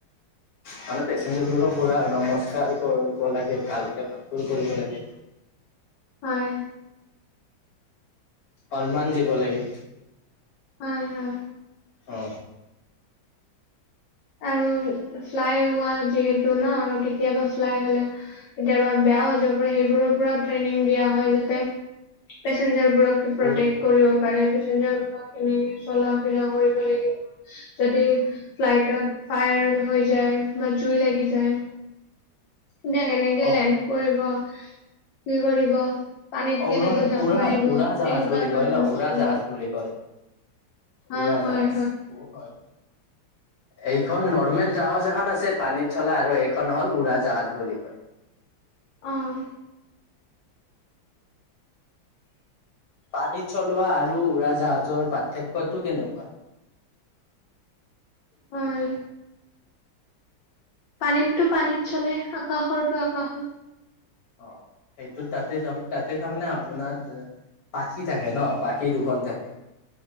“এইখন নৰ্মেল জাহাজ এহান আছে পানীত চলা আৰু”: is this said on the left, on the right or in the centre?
Left